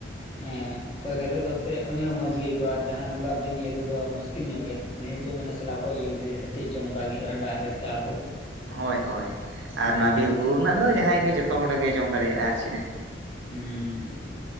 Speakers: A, on the left; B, on the right.
A: ᱦᱮᱸ ᱠᱚᱭ ᱠᱟᱛᱮᱜ ᱫᱚ ᱮᱱᱛᱮᱫ ᱩᱱᱤ ᱦᱚᱸᱚᱸ ᱢᱚᱸᱡᱽ ᱜᱮ ᱟᱹᱭᱠᱟᱹᱣᱟ ᱟᱨ ᱡᱟᱦᱟᱸ ᱱᱚᱝᱠᱟ ᱵᱤᱱ ᱤᱭᱟᱹ ᱛᱮᱫᱚ ᱢᱩᱥᱠᱤᱞ ᱧᱚᱜ ᱜᱮᱭᱟ ᱩᱱᱤ ᱦᱚᱪᱚᱭ ᱢᱮᱱᱟ ᱥᱟᱞᱟ ᱚᱠᱚᱭ ᱤᱭᱟᱹ ᱠᱮᱫᱟ ᱡᱮ ᱥᱮ ᱪᱮᱫ ᱪᱚᱝ ᱚᱱᱠᱟᱜᱮ ᱨᱟᱸᱜᱟ ᱟᱠᱚ ᱪᱤᱠᱟᱹᱜ ᱟᱠᱚ
B: ᱦᱳᱭ ᱦᱳᱭ
A: ᱦᱮᱸ
B: ᱟᱨ ᱱᱟ ᱵᱤᱨ ᱵᱩᱨᱩ ᱨᱮᱱᱟᱜ ᱫᱚ ᱡᱟᱦᱟᱸᱭ ᱜᱮ ᱡᱚᱛᱚ ᱦᱚᱲᱜᱮ ᱡᱚᱢ ᱫᱟᱲᱮᱭᱟᱜᱼᱟ ᱟᱨ ᱪᱮᱫ ᱦᱮᱸ
A: ᱩᱸᱻ